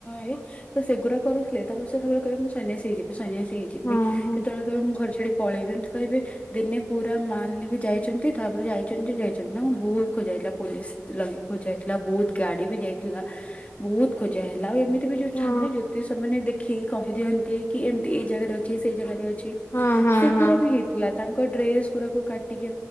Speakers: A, on the left; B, on the left.
A: ଇଏ। ତ ସେଗୁଡ଼ା କରୁଥିଲେ ତାପ ସେତେବେଳେ କହିବେ ମୁଁ ସନ୍ନ୍ୟାସି ହେଇଯିବି ସନ୍ୟାସି ହେଇଯିବି। ଯିବି
B: ହଁ ହଁ
A: କେତେବେଳେ କହିବେ ମୁଁ ଘର ଛାଡି ପଳେଇବି ଏମିତି କହିବେ ଦିନେ ପୁ ପୂରା ମାଲ୍ ନେଇକି ଯାଇଛନ୍ତି ତାପରେ ଯାଇଛନ୍ତି ଯେ ଯାଇଛନ୍ତି। ତାଙ୍କୁ ବହୁତ ଖୋଜା ହେଇଥିଲା ପୋଲିସ ଲଗେଇ ଖୋଜା ହେଇଥିଲା, ବହୁତ ଗାଡି ବି ଯାଇଥିଲା ବହୁତ ଖୋଜା ହେଲା ଏମିତି ତେବେ ଯୋଉ
B: ହଁ
A: ଥାଆନ୍ତି ନା ଜ୍ୟୋତିଷ ମାନେ ଦେଖିକି କହିଦିଅନ୍ତି କି ଏମିତି ଏଇ ଜାଗାରେ ଅଛି ସେଇ ଜାଗାରେ ଅଛି।
B: ହଁ ହଁ
A: ସେଗୁରା
B: ହଁ
A: ବି ହେଇଥିଲା ତାଙ୍କ ଡ୍ରେସ କୁକୁରକୁ କାଟିକି